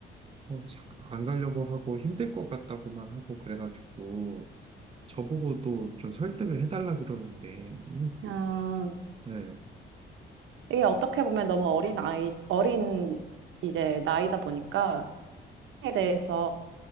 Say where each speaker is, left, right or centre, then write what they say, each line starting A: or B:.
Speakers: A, on the right; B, on the right.
A: 어, 자- 안 가려고 하고 힘들 것 같다고만 하고 그래가지고 저보고도 좀 설득을 해달라 그러는데 음,
B: 아,
A: 네.
B: 이게 어떻게 보면 너무 어린 아이, 어린 이제 나이다 보니까 에 대해서